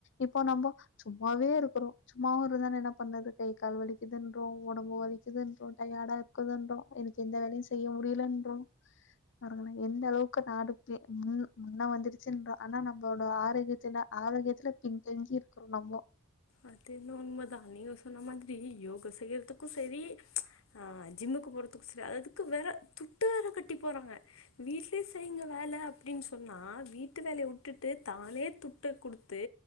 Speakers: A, on the left; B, on the left.
A: இப்போ நம்போ சும்மாவே இருக்கிறோ சும்மாவு இருதா என்ன பண்ணுது கை கால் வலிக்குதுன்றோ ஒடம்பு வலிக்குதுன்றோ டயாடா இருக்குதுன்றோ எனக்கு எந்த வேலயு முடியலன்றோ பாருங்களேன் எந்த அளவுக்கு நாடு ப மு முன்ன வந்துருச் ச்சுன்றோ ஆனா நம்பளோட ஆரோக்கியத்துல ஆரோக்கியத்துல பின்தங்கி இருக்குறோ நம்மோ
B: அது என்னமோ உண்ம தா நீங்க சொன்ன மாதிரி யோகா செய்யறதுக்கு செரி ச்ச் அ ஜிம்முக்கு போறதுக்கு செ அததுக்கு வேற துட்டு வேர கட்டி போறாங்க வீட்ல்யே செய்ங்க வேல அப்டின் சொன்னா வீட்டு வேலயை வுட்டுட்டு தானே துட்டு குடுத்து